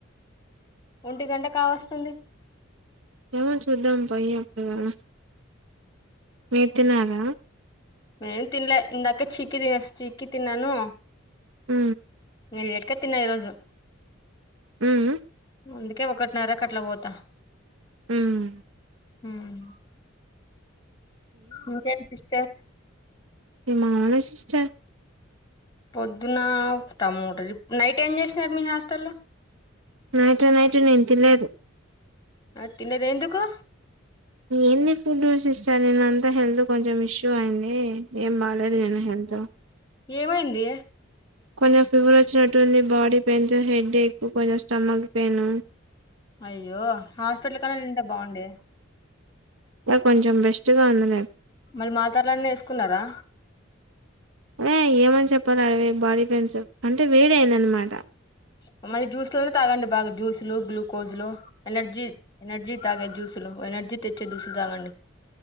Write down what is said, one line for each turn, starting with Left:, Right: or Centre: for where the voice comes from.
Left: ఒంటి గంట కావస్తుంది
Right: ఎవన్ చూద్దాం పయి అప్పుడి వరకు మీర్ తిన్నారా
Left: నేను తిన్లే ఇందాక చీకి తినేస్ చీకి తిన్నాను
Right: ఊ
Left: ఏ ఎట్క తన్నా ఈరోజు
Right: ఉమ్
Left: అందుకే ఒకటిన్నరకట్లా పోతా
Right: ఉమ్
Left: ఉమ్ ఇంకేంటి సిస్టర్
Right: ని మామనే సిస్టర్
Left: పొద్దున టమోట నైట్ ఏం చేసినరు మీ హాస్టల్లో
Right: నైట్ నైట్ నేను తీలేదు
Left: ఆర్థిన్లేద్ ఎందుకు
Right: ఏంది ఫుడ్ సిస్టర్ నేన్న అంతా హెల్త్ కొంచెం ఇష్యూ అయింది ఏం బాలేదు నేను హెంతో
Left: ఏమైంది
Right: కొంచెం ఫీవర్ వచ్చినట్టుంది బాడీ పెయిన్స్ హెడ్ ఎక్ కొంచెం స్టమక్ పెయిన్
Left: అయ్యో హాస్పిటల్ కడాన్నాంట బాగుండే
Right: నాకు కొంచెం బెస్ట్ గా ఉంది లే
Left: మరీ మాతర్లన్న ఏసుకున్నారా
Right: అరే ఏమని చెప్పాలి అడవేయి బాడీ పెయిన్స్ అంటే వేడయిందనమాట
Left: మమ్ళీ జ్యూస్ లో తాగండి బాగా జ్యూస్ లు గ్లూకోజస్లు ఎనర్జీ ఎనర్జీ తాగే జ్యూస్ దృ ఎనర్జీ తెచ్చే దూసులు తాగండి